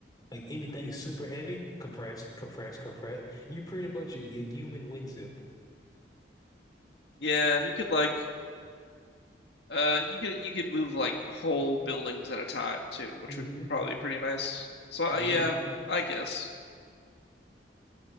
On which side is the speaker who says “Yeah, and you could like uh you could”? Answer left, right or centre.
Left